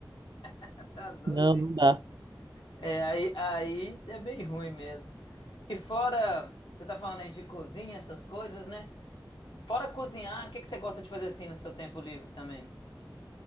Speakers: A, on the left; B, on the right.
A: Ah, Tá doido.
B: Não, não dá.
A: É, aí, aí é bem ruim mesmo. E fora, você tá falando aí de cozinha, essas coisas, né? Fora cozinhar, o que que você gosta de fazer assim no seu tempo livre também?